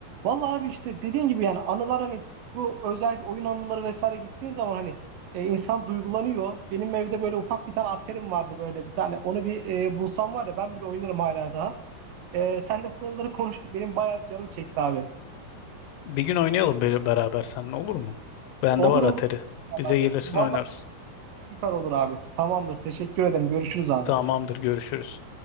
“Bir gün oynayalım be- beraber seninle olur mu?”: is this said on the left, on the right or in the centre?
Left